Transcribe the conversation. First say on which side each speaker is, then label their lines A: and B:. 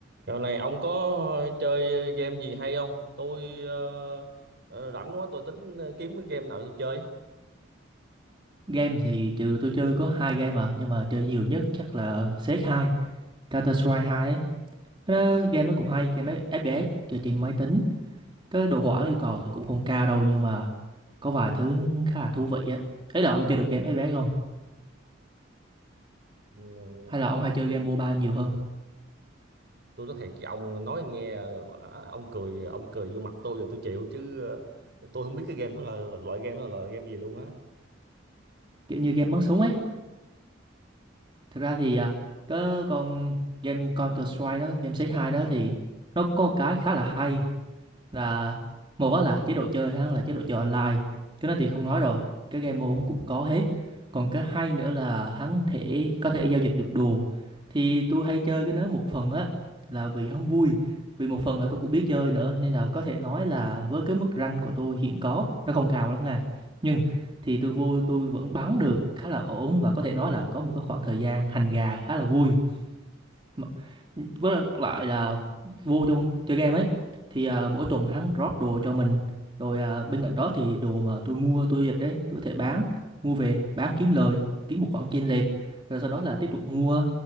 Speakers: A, on the right (about 55°); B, on the right (about 25°).
A: Dạo này ông có chơi game gì hay không? Tôi ờ, ờ, rảnh quá tôi tính ờ, kiếm cái game nào tôi chơi.
B: Game thì trừ tôi chơi có hai game à nhưng mà chơi nhiều nhất chắc là cs hai Counter Strike 2 ấy. Cái đó, game nó cũng hay, game FPS chơi trên máy tính. Cái đồ họa yêu cầu thì cũng không cao đâu nhưng mà có vài thứ khá là thú vị á. Ấy là ông chơi được game FPS không?
A: Ừ,
B: Hay là ông hay chơi game MOBA nhiều hơn?
A: Tôi nói thiệt với ông nói nghe ờ, ông cười ông cười vô mặt tôi rồi tôi chịu chứ ờ, tôi không biết cái game đó là, là loại game đó là game gì luôn á.
B: Kiểu như game bắn súng ấy. Thực ra thì à, cái con game Counter Strike nó, game cs hai đó thì nó có cái khá là hay là một á là chế độ chơi ha là chế độ chơi online cái đó thì không nói rồi cái game mode cũng có hết còn cái hay nữa là hắn thể có thể giao dịch được đồ thì tôi hay chơi cái đó một phần á là vì hắn vui vì một phần là tôi cũng biết chơi nữa nên là có thể nói là với cái mức rank của tôi hiện có nó không cao lắm nha nhưng thì tôi vô tôi vẫn bắn được khá là ổn và có thể nói là có một cái khoảng thời gian hành gà khá là vui mà- với lại lại là vô trong chơi game ấy thì à, mỗi tuần hắn drop đồ cho mình rồi à, bên cạnh đó thì đồ mà tôi mua tôi dịch đấy tôi có thể bán mua về bán kiếm lời kiếm một khoản chênh lệch rồi sau đó là tiếp tục mua